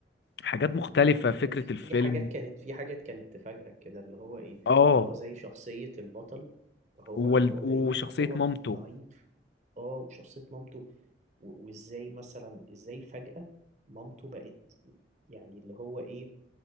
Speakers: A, on the left; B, on the right.
A: حاجات مختلفه فكره
B: وفي
A: الفيلم
B: في حاجات كانت في حاجات كانت تفاجئك كده اللي هو ايه
A: اه
B: اللي هو زي شخصية البطل هو
A: وال-
B: هو
A: وشخصيه
B: باين هو
A: مامته
B: ضعيف اه وشخصية مامته و- وازاي مثلا ازاي فجأة مامته بقت يعني اللي هو ايه